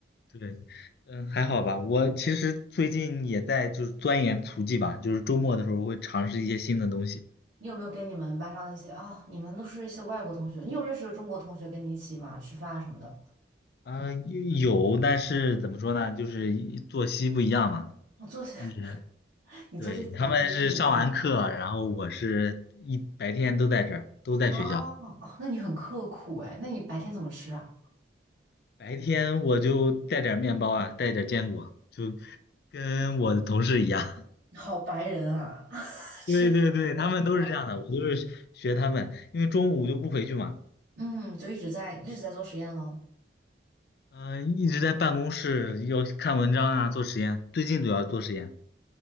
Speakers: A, on the left; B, on the right.
A: 对，嗯，还好吧。我其实最近也在就是钻研厨技吧，就是周末的时候会尝试一些新的东西。
B: 你有没有跟你们班上的一些啊、你们都是一些外国同学，你有认识的中国同学跟你一起嘛吃饭啊什么的？
A: 啊、有，但是怎么说呢，就是一作息不一样嘛。
B: 我做些，
A: 也
B: <laughs> 你做些比较规律的那种
A: 对，他们是上完课，然后我是一白天都在这儿，都在学校。
B: 哦哦，那你很刻苦哎，那你白天怎么吃啊？
A: 白天我就带点儿面包啊，带点儿坚果，就跟我的同事一样。
B: <laughs> 好白人啊，<laughs>
A: <laughs>
B: 吃
A: 对对对，他们都是这样的，
B: 饭。
A: 我就是学他们，因为中午就不回去嘛。
B: 嗯，就一直在一直在做实验喽。
A: 嗯、一直在办公室要看文章啊，做实验。最近主要做实验